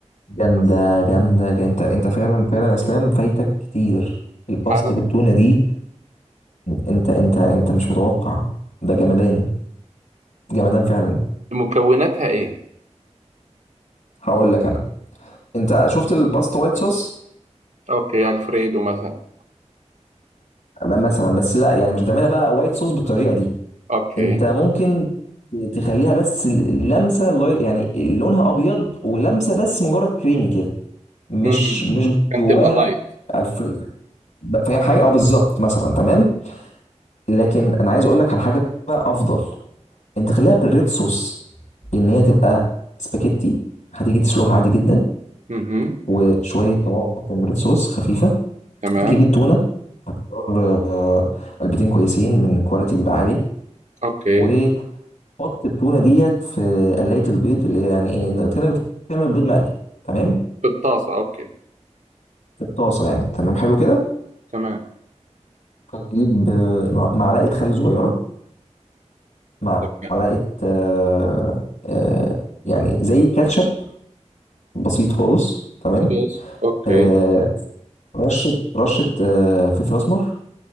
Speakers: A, on the left (about 85°); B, on the right (about 80°).
A: جامدة
B: بس
A: جامدة جا- انت انت فعلا فعلا اسلام فايتك كتير الباستا
B: أنا
A: بالتونة دي انت انت انت مش متوقع ده جمدان جمدان فعلا
B: مكوناتها إيه؟
A: هقول لك انا انت شفت الباستا وايت صوص
B: أوكي ألفريدو مثلا
A: م- مثلا بس لا يعني مش هتعملها بقى وايت صوص بالطريقة دي
B: أوكي
A: انت ممكن ت- تخليها بس ال- لمسة لاي- يعني لونها ابيض ولمسة بس مجرد كريمي كده مش
B: مم.
A: مش
B: كان
A: جواها
B: تبقى لايت
A: الف- فاهم حاجة اه بالظبط مثلا تمام لكن انا عايز اقول لك على حاجه بقى افضل انت خليها بالريد صوص ان هي تبقى سباكيتي هتيجي تسلقها عادي جدا
B: مهم.
A: وشويه طماطم ريد صوص خفيفه
B: تمام
A: تجيب التونه هتختار آه، علبتين كويسين من كواليتي بيبقى عالي
B: اوكي
A: وحط التونه ديت في قلايه البيض اللي هي يعني ايه إنت كانك بتعمل بيض مقلي تمام
B: بالطاسة اوكي
A: في الطاسه يعني تمام حلو كده
B: تمام
A: هتجيب آه، معلقه خل صغيره معلقه
B: تمام
A: آه، آه، يعني زي كاتشب بسيط خالص تمام
B: صوص اوكي
A: آه رشة رشة آه فلفل أسمر